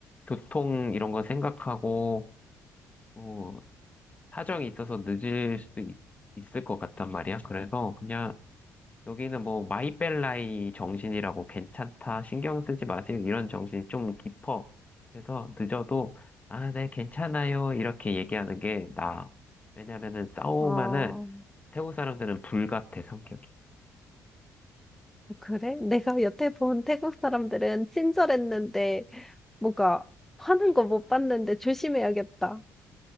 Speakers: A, on the left; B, in the centre.
A: 교통 이런 거 생각하고 어, 사정이 있어서 늦을 수도 있, 있을 것 같단 말이야. 그래서 그냥 여기는 뭐 마이벨라이 정신이라고 괜찮다, 신경 쓰지 마세요. 이런 정신이 좀 깊어. 그래서 늦어도 아, 네, 괜찮아요. 이렇게 얘기하는 게 나아. 왜냐면은 싸우면은
B: 아,
A: 태국 사람들은 불같아, 성격이.
B: 그래? 내가 여태 본 태국 사람들은 친절했는데 뭔가 하는 거 못 봤는데 조심해야겠다.